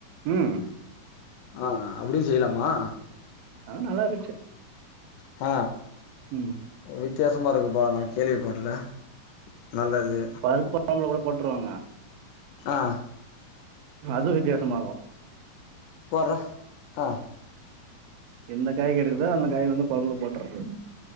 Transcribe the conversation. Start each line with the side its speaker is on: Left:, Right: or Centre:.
Right: உம்
Left: ஆ அப்படியும் செய்யலாமா
Right: ஆ நல்லா இருச்சு
Left: ஆ
Right: ம்
Left: வித்தியாசமா இருக்குப்பா நா கேள்விப்படல நல்லது
Right: பருப்பு கொழம்புல கூட போட்ருவாங்க
Left: ஆ
Right: அது வித்தியாசமாருக்கும்
Left: போற ஆ
Right: எந்த காய் கெடைக்குதோ அந்த காய் வந்து கொழம்புல போட்டுறது